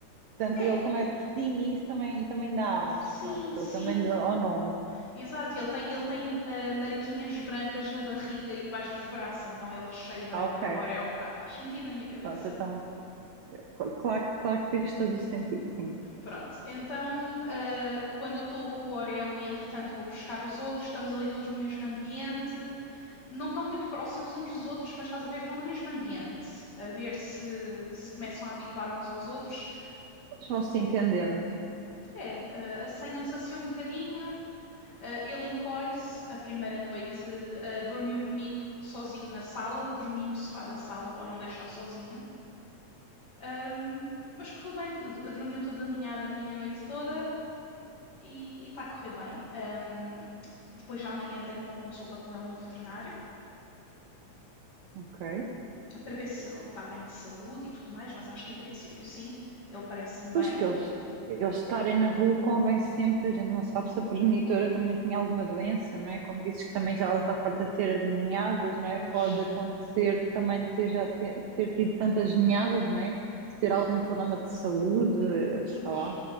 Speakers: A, on the right; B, on the left.
A: portanto,
B: É,
A: ele como é pertinho, e isso também, também dá
B: sim,
A: ares, pronto,
B: sim.
A: também dá ao nome.
B: Exato. Ele tem, ele tem ah, marquinhas brancas na barriga e debaixo dos braços, então é o recheio branco
A: Ah, ok,
B: do Orel. Fa- faz sentido na minha cabeça.
A: pronto, então, cl- claro, claro que fez todo o sentido, sim.
B: Pronto, então ah, quando eu estou com o Oreo e entretanto vou buscar os outros, estamos ali todos no mesmo ambiente, não estão muito próximos uns dos outros, mas estás a ver, estão no mesmo ambiente, a ver se, se começam a habituar uns aos outros.
A: Eles vão se entendendo,
B: É, ah, assanham-se assim um bocadinho, ah, ele encolhe-se. A primeira noite ah, dormiu comigo sozinho na sala, dormi no sofá da sala para não deixar sozinho. Ahm, mas correu bem, dormiu toda aninhada a minha noite toda. e está a correr bem. Ahm, depois de amanhã tenho uma consulta com ele no veterinário
A: ok.
B: para ver se ele está bem de saúde e tudo mais, mas acho que em princípio sim, ele parece-me
A: Pois
B: bem,
A: que eles, eles estarem na rua convém sempre, a gente não sabe se a progenitora também tinha alguma doença, não é? Como dizes que também já ela está farta de ter ninhadas, não
B: pois,
A: é? Pode acontecer também de ter já ter, ter tido tantas ninhadas, não é? De ter algum problema de saúde,
B: pois.
A: sei lá.